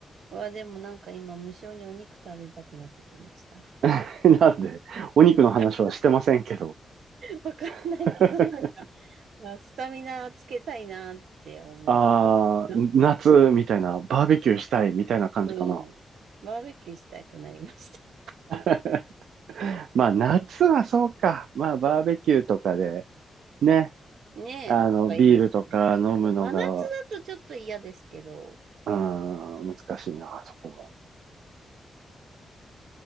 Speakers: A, on the right; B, on the right.
A: うわ、でもなんか今、無性にお肉食べたくなってきました。
B: <laughs> なんで、お肉の話はしてませんけど。
A: <laughs> わからないけど、
B: <laughs>
A: なんか、まあスタミナつけたいなって思って、
B: ああ、
A: 夏って
B: 夏みたいな、バーベキューしたいみたいな感じかな。
A: うん。バーベキューしたくなりました。
B: <laughs> まあ夏はそうか。まあバーベキューとかでね、
A: <laughs> ねえ、
B: あのビールとか飲むのが、
A: なんかいいですよね。あの真夏だとちょっと嫌ですけど、
B: うん、難しいな、そこも。